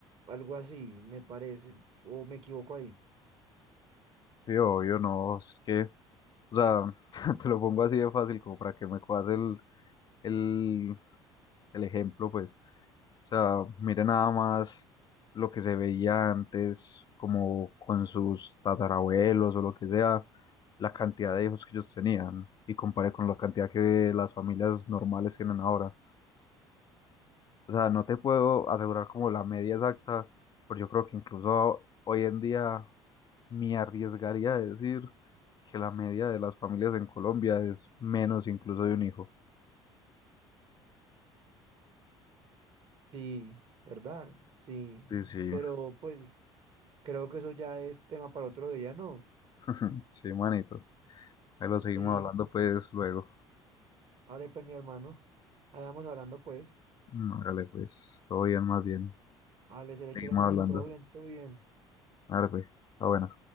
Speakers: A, on the right (about 45°); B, on the left (about 30°).
A: algo así, me parece, o me equivoco ahí.
B: Sí, obvio, no, es que, o sea, <laughs> te lo pongo así de fácil como para que me cojas el, el, el ejemplo, pues. O sea, mire nada más lo que se veía antes, como con sus tatarabuelos o lo que sea, la cantidad de hijos que ellos tenían y compare con la cantidad que las familias normales tienen ahora. O sea, no te puedo asegurar como la media exacta, pero yo creo que incluso hoy en día me arriesgaría a decir que la media de las familias en Colombia es menos incluso de un hijo.
A: Sí, ¿verdad? Sí,
B: Sí, sí,
A: pero pues creo que eso ya es tema para otro día, ¿no?
B: <laughs> sí, manito. Ahí lo seguimos
A: Sí,
B: hablando pues luego.
A: vale, pues mi hermano, ahí vamos hablando pues,
B: no Hágale, pues, todo bien, más bien.
A: Ale, se le
B: Seguimos
A: quiere mucho,
B: hablando.
A: todo bien, todo bien.
B: Hágale, pues, está buena.